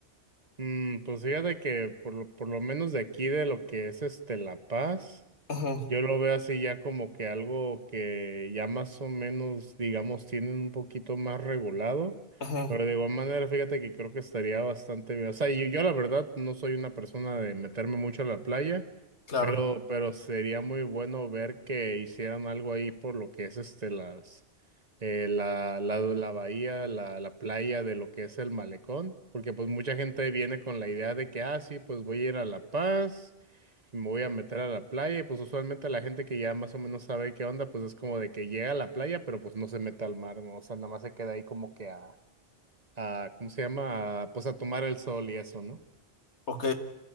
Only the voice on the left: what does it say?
Ujú,
ujú,
claro,
ok.